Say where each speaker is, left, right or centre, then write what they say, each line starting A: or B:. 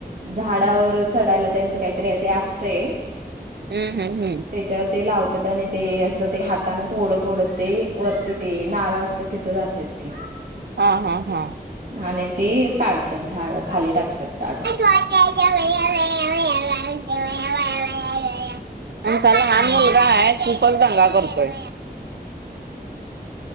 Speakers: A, on the right (about 60°); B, on the right (about 80°).
A: झाडांवर चढायला त्यांचं काहीतरी ते अस तय
B: हम्म हम्म हम्म
A: ते तेला ते लावतात आणि ते असं ते हातानंच ओढत ओढत ते वरती ते नारळ असत्यात तिथं जात्यात. तें
B: हा हा हा
A: आणि ती काढत्यात झाडं खाली टाकत्यात काढून.
B: <unintelligible> आमचा लहान
A: हम्म
B: मुलगाहाय खूपच दंगा करतोय.